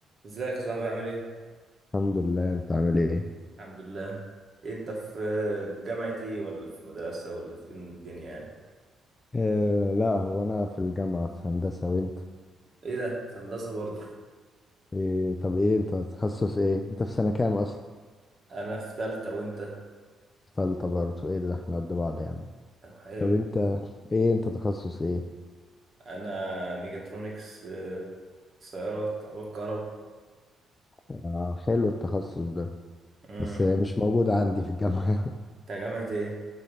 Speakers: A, on the right; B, on the left.
A: ازيك يا صاحبي عامل ايه؟
B: الحمد لله انت عامل ايه
A: الحمد لله إيه انت في جامعة ايه ولا في مدرسة ولا في إيه الدنيا يعني؟
B: آه لا هو انا في الجامعة في هندسة وانت
A: ايه ده؟ في هندسة برضه
B: إيه طب ايه انت تخصص ايه انت في سنة كام اصلا
A: انا في تالتة وانت؟
B: فلت برضه ايه ده احنا قد بعض يا عم
A: طب حلو
B: طب انت ايه انت تخصص ايه
A: انا ميجاترونكس آه، سيارات عربية كهرباء
B: آه حلو التخصص ده
A: امم
B: بس مش موجود عندي في الجامعة
A: انت جامعة ايه؟